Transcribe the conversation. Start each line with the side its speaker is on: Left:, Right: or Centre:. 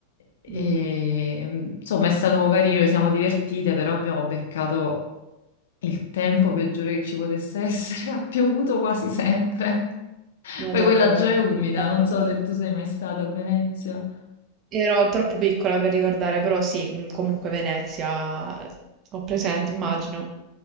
Left: E,
Right: Mm.
Left: insomma, è stato carino, ci siamo divertite, però abbiamo beccato il tempo peggiore che ci potesse essere. <laughs> Ha piovuto quasi sempre.
Right: Vado,
Left: Poi quella già è umida,
Right: vado.
Left: non so se tu sei mai stata a Venezia.
Right: Ero troppo piccola per ricordare, però sì, mh, comunque Venezia, ho presente, immagino.